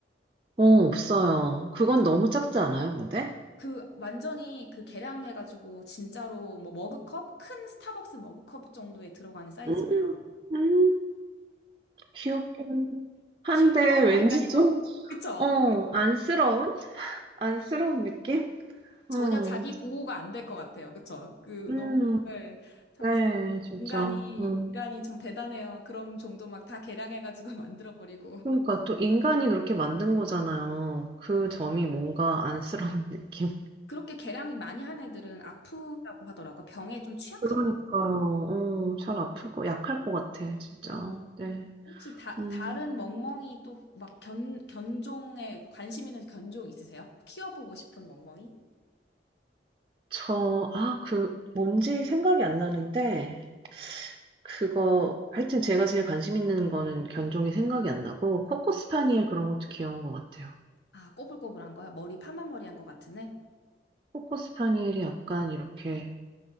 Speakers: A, on the right; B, on the left.
A: 어, 없어요. 그건 너무 작지 않아요, 근데?
B: 그, 완전히 그 개량해가지고, 진짜로 뭐 머그컵? 큰 스타벅스 머그컵 정도에 들어가는 사이즈래요.
A: 음, 음, 귀엽긴 한데,
B: 귀엽긴 한데
A: 왠지
B: 약간
A: 좀,
B: 좀, 그쵸?
A: 어, 안쓰러운? 안쓰러운 느낌?
B: 전혀
A: 음,
B: 자기 보호가 안 될 것 같아요. 그쵸? 그,
A: 음,
B: 너무, 네, 참,
A: 네, 진짜.
B: 인간이,
A: 응.
B: 인간이 좀 대단해요. 그런 정도 막 다 개량해가지고 <laughs> 만들어버리고.
A: 그러니까 또 인간이 그렇게 만든 거잖아요. 그
B: 맞아요.
A: 점이 뭔가 안쓰러운 <laughs> 느낌.
B: 그렇게 개량이 많이 한 애들은 아프다고 하더라고요. 병에 좀 취약하다고
A: 그러니까요.
B: 하더라고요.
A: 어, 잘 아플 거, 약할 것 같아, 진짜.
B: 어.
A: 네.
B: 혹시 다,
A: 음,
B: 다른 멍멍이 또 막 견, 견종에 관심 있는 견종 있으세요? 키워보고 싶은 멍멍이?
A: 저, 아, 그, 뭔지 생각이 안 나는데, 그거, 하여튼 제가 제일 관심 있는 거는 견종이 생각이 안 나고, 코코스파니엘 그런 것도 귀여운 것 같아요.
B: 아, 꼬불꼬불한 거요? 머리 파마머리한 것 같은 애?
A: 코코스파니엘이 약간 이렇게